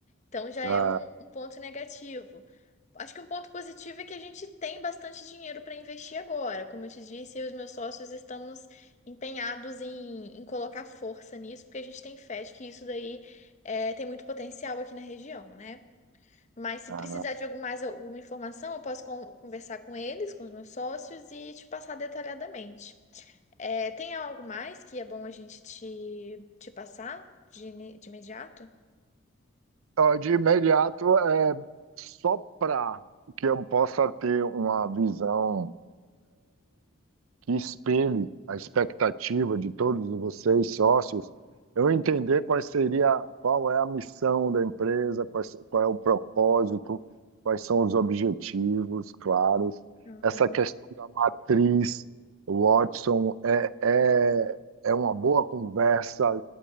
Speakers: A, on the left; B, on the right.
A: Então já
B: Ah,
A: é um, um ponto negativo. Acho que um ponto positivo é que a gente tem bastante dinheiro para investir agora. Como eu te disse, eu e os meus sócios estamos empenhados em, em colocar força nisso, porque a gente tem fé de que isso daí é, tem muito potencial aqui na região, né? Mas se
B: ah.
A: precisar de algum mais alguma informação, eu posso con- conversar com eles, com os meus sócios e te passar detalhadamente. É, tem algo mais que é bom a gente te, te passar de, ini- de imediato?
B: Então, De imediato, é só para que eu possa ter uma visão que espelhe a expectativa de todos vocês, sócios, eu entender quais seria, qual é a missão da empresa, quais- qual é o propósito, quais são os objetivos claros.
A: Uhum.
B: Essa questão da matriz, Watson, é, é, é uma boa conversa